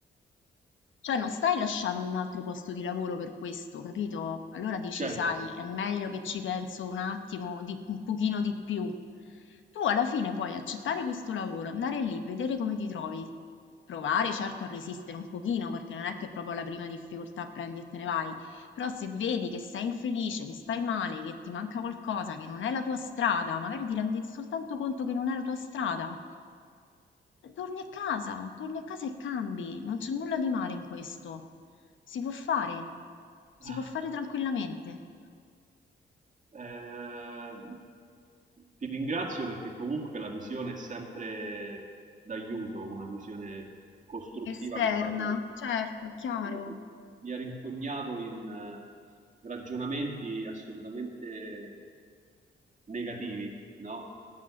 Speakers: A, on the left; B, on the right.
A: Cioè non stai lasciando un altro posto di lavoro per questo, capito? Allora dici,
B: certo.
A: sai, è meglio che ci penso un attimo, di- un pochino di più. Tu alla fine puoi accettare questo lavoro, andare lì, vedere come ti trovi, provare certo a resistere un pochino, perché non è che proprio alla prima difficoltà prendi e te ne vai, però se vedi che sei infelice, che stai male, che ti manca qualcosa, che non è la tua strada, magari ti rendi soltanto conto che non è la tua strada Torni a casa, torni a casa e cambi, non c'è nulla di male in questo. Si può fare, si
B: Ah,
A: può fare tranquillamente.
B: eh, ti ringrazio perché comunque la visione è sempre d'aiuto, una visione costruttiva
A: Esterna,
B: come la tua.
A: certo,
B: no?
A: chiaro.
B: Io mi, mi ha rinfognato in eh, ragionamenti assolutamente negativi, no?